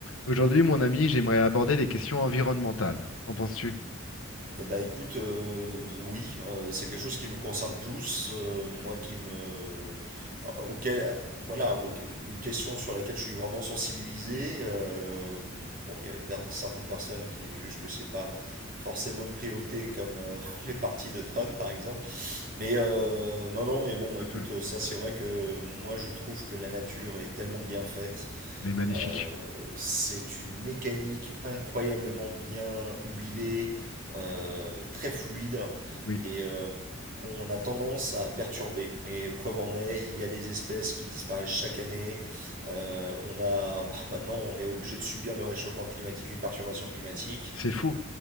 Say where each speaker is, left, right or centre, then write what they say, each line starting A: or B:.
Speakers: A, on the left (about 75°); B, on the right (about 40°).
A: Aujourd'hui, mon ami, j'aimerais aborder les questions environnementales. Qu'en penses-tu?
B: Eh ben écoute, euh, oui, euh, c'est quelque chose qui nous concerne tous. euh, moi qui me, euh, auquel, voilà, au- une question sur laquelle je suis vraiment sensibilisé. euh, bon, il y a per- certaines personnes qui jugent que c'est pas forcément une priorité comme euh, <laughs> les partis de Trump par exemple. Mais euh, non, non, mais bon,
A: Tout
B: écoute,
A: à fait.
B: ça c'est vrai que moi je trouve que la nature est tellement bien faite
A: Les magnifiques.
B: euh, c'est une mécanique incroyablement bien huilée, euh,
A: Exact.
B: très fluide
A: Oui.
B: et euh, qu'on a tendance à perturber. Mais preuve en est, il y a des espèces qui disparaissent chaque année. Euh, on a, <laughs> bah, maintenant, on est obligé de subir le réchauffement climatique, les perturbations climatiques,
A: C'est fou.